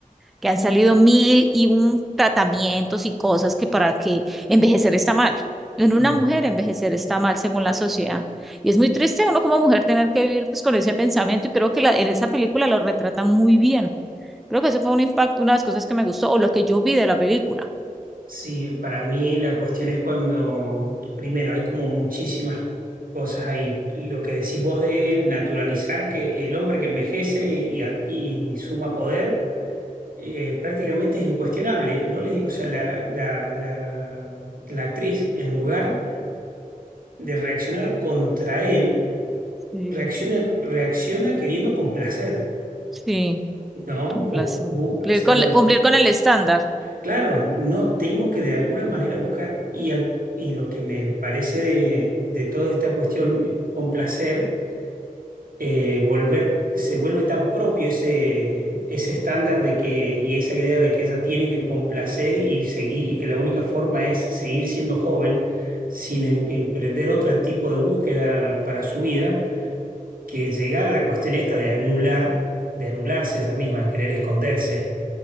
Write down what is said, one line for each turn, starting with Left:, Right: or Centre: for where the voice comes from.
Centre: que han salido mil y un tratamientos y cosas que para que envejecer está mal. En
Right: Mm.
Centre: una mujer envejecer está mal según la sociedad. Y es muy triste uno como mujer tener que vivir pues, con ese pensamiento y creo que la, en esa película lo retratan muy bien. Creo que ese fue un impacto, una de las cosas que me gustó o lo que yo vi de la película.
Right: Sí, para mí la cuestión es cuando, primero, hay como muchísimas cosas ahí. Lo que decís vos de él, naturalizar que el hombre que envejece y, aquí suma poder, eh, prácticamente es incuestionable. No le, o sea, la, la, la, la actriz, en lugar de reaccionar contra él,
Centre: Sí,
Right: reacciona, reacciona queriendo complacer,
Centre: sí,
Right: ¿no?
Centre: un
Right: Bus-
Centre: placer.
Right: bu-
Centre: Cumplir
Right: o sea,
Centre: con, cumplir con el estándar.
Right: Claro, no tengo que de alguna manera buscar y, al- y lo que me parece de, de toda esta cuestión, eh, con placer, eh, volver, se vuelve tan propio ese, ese estándar de que, y esa idea de que ella tiene que complacer y seguir, y que la única forma es seguir siendo joven sin em- emprender otro tipo de búsqueda para su vida, que llega a la cuestión esta de anular, de anularse ella misma, de querer esconderse